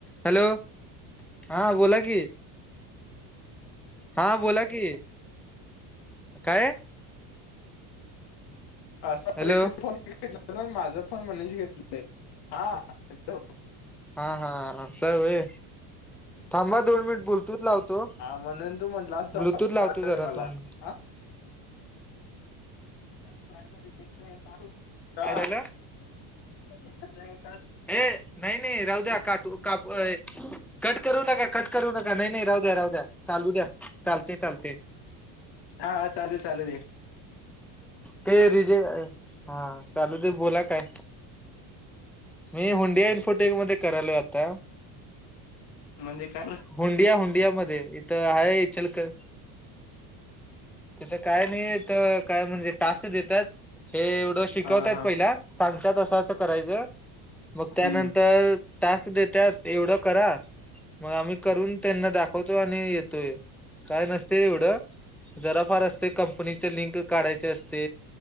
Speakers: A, in the centre; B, on the left.
A: हॅलो, हा बोला की, हा बोला की, काय?
B: <unintelligible>
A: हॅलो
B: हा हॅलो.
A: हा हा अस होय, थांबा दोन मिनिट ब्लूटूथ लावतो.
B: म्हणून तर म्हंटलं असत
A: ब्लूटूथ लावतो
B: <unintelligible>
A: जरा
B: मला
A: दोन मिनिट
B: आ <unintelligible>
A: काय झालं
B: का?
A: हे नाही नाही राहु द्या काटू. काकु ये कट करू नका कट करू नका नाही नाही राहू द्या राहू द्या चालू द्या. चालतय चालतय.
B: हा चालू चालू दे.
A: ते रिजे हा चालू ते बोला काय? मी हुंडीया इन्फोटेक मध्ये करायलोय आता.
B: म्हणजे का
A: हुंडिया हुंडिया मध्ये इथं आहे इचलकर तिथं काय नाही तर काय म्हणजे टास्क देत्यात, हे एवढं शिकवतात
B: हा हा
A: पहिला सांगतात असं असं करायच, मग त्यानंतर
B: हम्म
A: टास्क देत्यात एवढं करा. मग आम्ही करून त्यांना दाखवतो आणि येतोय, काय नसतय एवढं. जरा फार असतय कंपनीच लिंक काढायच असते